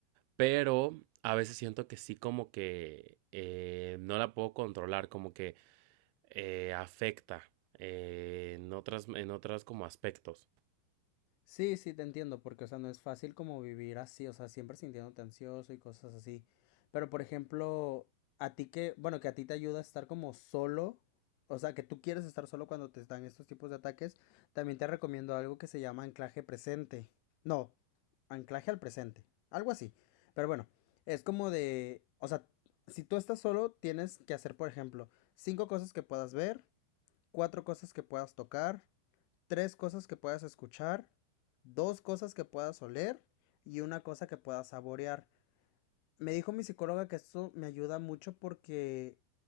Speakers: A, on the right (about 85°); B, on the left (about 85°).
A: Pero a veces siento que sí como que eh, no la puedo controlar, como que eh, afecta eh, en otras, en otras como aspectos.
B: Sí, sí, te entiendo, porque, o sea, no es fácil como vivir así, o sea, siempre sintiéndote ansioso y cosas así. Pero, por ejemplo, a ti que, bueno, que a ti te ayuda a estar como solo, o sea, que tú quieres estar solo cuando te están estos tipos de ataques, también te recomiendo algo que se llama anclaje presente. No, anclaje al presente, algo así. Pero bueno, es como de, o sea, si tú estás solo, tienes que hacer, por ejemplo, cinco cosas que puedas ver, cuatro cosas que puedas tocar, tres cosas que puedas escuchar, dos cosas que puedas oler y una cosa que puedas saborear. Me dijo mi psicóloga que eso me ayuda mucho porque